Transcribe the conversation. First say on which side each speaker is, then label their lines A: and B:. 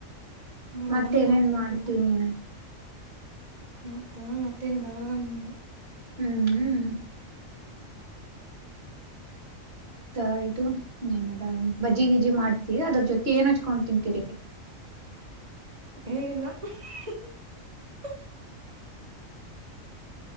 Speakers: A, on the right; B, on the right.
A: ನಾವು
B: ಮತ್ತೇನೇನ್
A: ಗೋಡಂಬಿ ಹಾಕ್ತಿದ್ದಿಲ್ಲ
B: ಮಾಡ್ತೀ ನೀನ್
A: ಮತ್ತ ಮತ್ತೇನ್ ಬರಲ್ಲನ್ನು
B: ಹ್ಮ್ ಹ ಇದು ಏನದ ಬಜ್ಜಿ ಗಿಜ್ಜಿ ಮಾಡ್ತಿ ಅದ್ರ ಜೊತೆ ಏನ್ ಹಚ್ಕೊಂಡ್ ತಿಂತೀರಿ
A: ಏನಿಲ್ಲ <unintelligible>